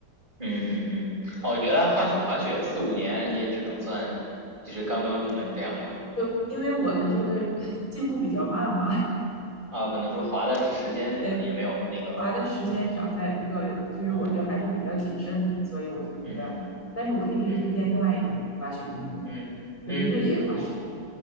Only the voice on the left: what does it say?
就因为我的这个 <laughs> 进步比较慢吧。
<laughs> 对，滑的时间少，再有一个就是我就还是比较谨慎的，
所以我就觉得，
但是我可以给你推荐另外一种滑雪运动，
就是越野滑雪。